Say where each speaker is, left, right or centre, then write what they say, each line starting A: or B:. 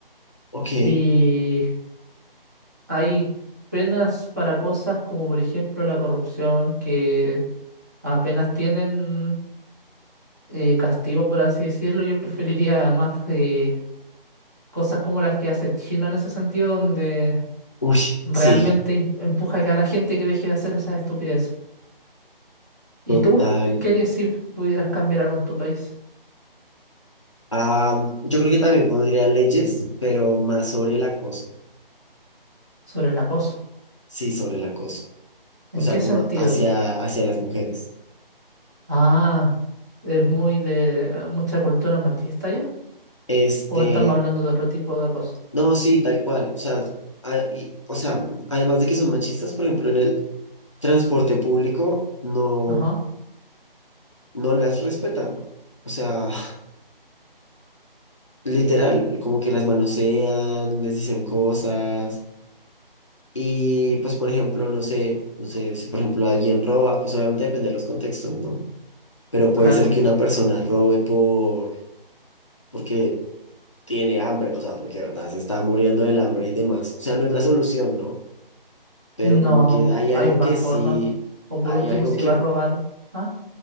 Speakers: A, on the left; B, on the right.
A: Ok.
B: Y hay penas para cosas como por ejemplo la corrupción que apenas tienen eh, castigo, por así decirlo. Yo preferiría más eh, cosas como las que hace China en ese sentido, donde
A: Uy,
B: realmente
A: sí,
B: im- empuja que a la gente que deje de hacer esas estupideces. ¿Y
A: total.
B: tú? ¿Qué harías si pudieras cambiar algo en tu país
A: Am, yo creo que también pondría leyes, pero más sobre el acoso.
B: sobre el acoso?
A: Sí, sobre el acoso.
B: ¿En
A: O sea,
B: qué
A: como
B: sentido?
A: hacia, hacia las mujeres.
B: Ah, es muy de eh, mucha cultura machista ya.
A: Este,
B: ¿O estamos hablando de otro tipo de acoso?
A: no, sí, tal cual. O sea, a- y- o sea, además de que son machistas, por ejemplo, en el transporte público no,
B: Ajá,
A: no las respetan. O sea, <laughs> literal, como que las manosean, les dicen cosas. Y pues, por ejemplo, no sé, no sé, si por ejemplo alguien roba, pues obviamente depende de los contextos, ¿no? Pero puede
B: claro.
A: ser que una persona robe por, porque tiene hambre, o sea, porque de verdad se está muriendo del hambre y demás. O sea, no es la solución, ¿no? Pero
B: No,
A: como que hay algo
B: hay más
A: que
B: formas.
A: sí,
B: O por
A: hay
B: último,
A: algo
B: si
A: que,
B: va a robar. ¿Ah?